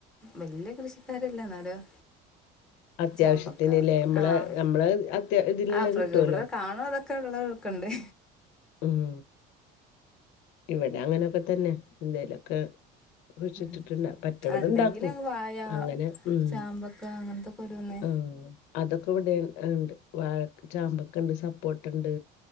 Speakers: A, in the centre; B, on the left.
A: വെല്യ കൃഷിക്കാരല്ല. ഇന്നാലും
B: അത്യാവശ്യത്തിന്ല്ലേ
A: ചാമ്പക്ക
B: നമ്മളെ
A: ആഹ്
B: നമ്മളെ അത്യാ ഇതിലുള്ള
A: ആ പ്രക്യ
B: കിട്ടുവല്ലോ
A: ഇവെടെ കാണുവതൊക്കെ. ക്കെ ഉള്ളതൊക്കെ ഇണ്ട്.
B: ഉം ഇവെടേം അങ്ങനൊക്കെ തന്നെ എന്തേലൊക്കെ. കുഴിച്ചിട്ടിട്ടുണ്ടാ
A: ഉം
B: പറ്റണത്
A: ആഹ് ഇണ്ടെങ്കില്
B: ഉണ്ടാക്കും.
A: വായ
B: അങ്ങനെ ഉം
A: ചാമ്പക്ക അങ്ങനത്തൊക്കെ ഓരോന്ന്
B: ആഹ്. അതൊക്കെ ഇവെടെ ഇണ്ട്. വാഴ ചാമ്പക്കണ്ട് സപ്പോട്ടണ്ട്.